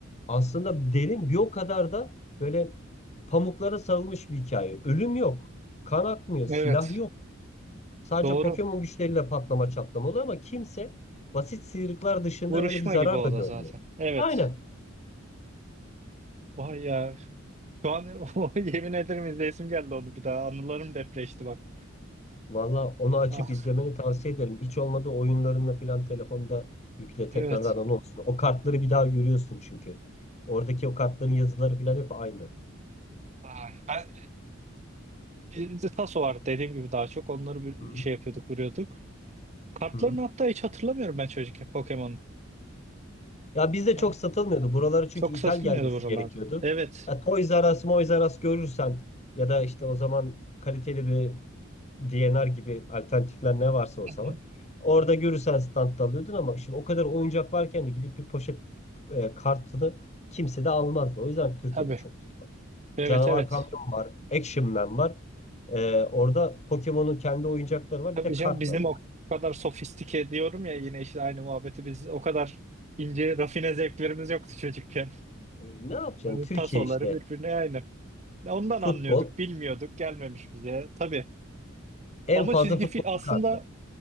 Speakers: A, on the left; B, on the right.
A: aslında derin bir o kadar da böyle pamuklara sarılmış bir hikaye. Ölüm yok, kan akmıyor,
B: Evet
A: silah yok. Sadece
B: doğru
A: Pokemon güçleriyle patlama çatlama oluyor ama kimse basit sıyrıklar dışında
B: vuruşma
A: böyle bir zarar
B: gibi o
A: da görmüyor.
B: da zaten evet.
A: Aynen.
B: Vay ya şu an <laughs> o, yemin ederim izleyesim geldi onu bir daha anılarım depreşti bak.
A: Valla onu açıp
B: Ah,
A: izlemeni tavsiye ederim. Hiç olmadı oyunlarınla falan telefonda yükle tekrardan
B: evet.
A: onu olsun. O kartları bir daha görüyorsun çünkü. Oradaki o kartların yazıları falan hep aynı.
B: Ay, ben- Bizde taso var dediğim gibi daha çok onları bir
A: Hı hı.
B: şey yapıyorduk vuruyorduk. Kartlarını
A: Hı.
B: hatta hiç hatırlamıyorum ben çocukken Pokemon'un.
A: Ya bizde
B: Yani
A: çok satılmıyordu. Buralara çünkü
B: Çok
A: ithal
B: satılmıyordu
A: gelmesi
B: buralarda.
A: gerekiyordu.
B: Evet.
A: Ya Toys R Us, Moys R Us görürsen ya da işte o zaman kaliteli bir DNR gibi alternatifler ne varsa o
B: Hı
A: zaman.
B: hı.
A: Orada görürsen standta alıyordun ama şimdi o kadar oyuncak varken de gidip bir poşet e, kartını kimse de almazdı. O yüzden Türkiye'de
B: Tabii.
A: çok tutmadı.
B: Evet
A: Canavar
B: evet.
A: Kamyon var, Action Man var. E, orada Pokemon'un kendi oyuncakları var,
B: Tabii
A: bir de
B: canım
A: kart
B: bizim
A: var.
B: o kadar sofistike diyorum ya yine işte aynı muhabbeti biz o kadar ince rafine zevklerimiz yoktu çocukken.
A: E, ne yapacaksın?
B: Hani
A: Türkiye
B: tasoları
A: işte
B: birbirine aynı. Ondan
A: futbol
B: anlıyorduk, bilmiyorduk, gelmemiş bize. Tabii.
A: en
B: Ama
A: fazla
B: çizgi
A: futbolcu
B: film aslında
A: kartı.